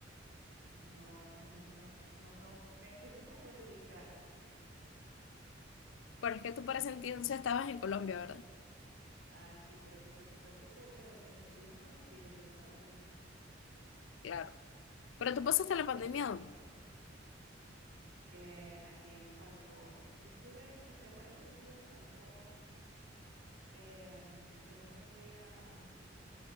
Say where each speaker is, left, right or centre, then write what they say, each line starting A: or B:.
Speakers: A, on the right; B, on the left.
A: No, ay Dios mío, no, no, me estoy tratando de ubicar.
B: Pero
A: Me
B: es que
A: estoy
B: tú
A: tra-
B: para ese entonces estabas en Colombia, ¿verdad?
A: ah, sí, creo que sí, se fue tipo que 2021. sí, ya yo no estaba aquí.
B: Claro. Pero tú pasaste la pandemia, ¿dónde?
A: N- eh, aquí en Falcón. Yo estuve, re- ¿te acuerdas que yo estuve en Falcón? Em, después me fui a,